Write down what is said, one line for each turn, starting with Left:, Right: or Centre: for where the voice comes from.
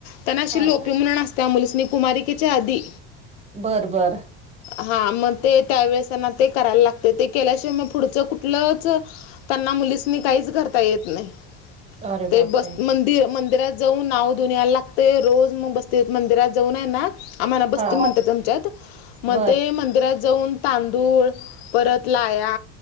Left: त्यांना अशी
Right: हा.
Left: लोपी म्हणुन असत त्या मुलसिनी कुमारिकेच्या आधी.
Right: बरं बरं.
Left: हा मग ते त्यावेेळेस त्यांना ते करायला लागते ते केल्याशिवाय मग पुढच कुठलंच. त्यांना मुलीसनी काहीच धरता येत नाही
Right: अरे बापरे
Left: ते बस मंदिर मंदिरात जाऊन नाव देऊन यायला लागतेय रोज मग बसते मंदिरात जाऊन आहे ना. आम्हाला बस्ती
Right: हा.
Left: म्हणतात आमच्यात मग
Right: बर
Left: ते मंदिरात जाऊन तांदूळ परत लाया